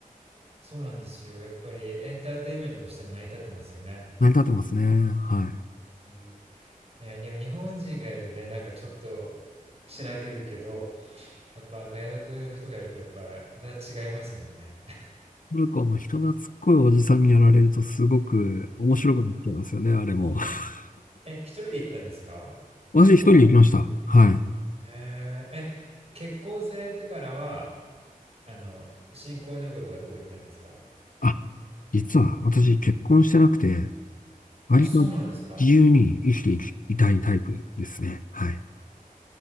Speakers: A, on the right; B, on the left.
A: そうなんですよ。やっぱりエンターテインメントとしても成り立ってますよね。
B: 成り立ってますね。はい。
A: うん。いや、でも日本人がいるとね、なんかちょっとしらけるけど、やっぱ外国の人がいるとやっぱまた違いますもんね。
B: トルコの人懐っこいおじさんにやられるとすごく面白くなっちゃいますよね、あれも。<laughs>
A: え、一人で行ったんですかトルコは。
B: 私一人で行きました。はい。
A: えー、え、結婚されてからは、あの、新婚旅行とかどこ行ったんですか
B: あ、実は私結婚してなくて、割と
A: あ、そうなんですか
B: 自由に生きていき、いたいタイプですね。はい。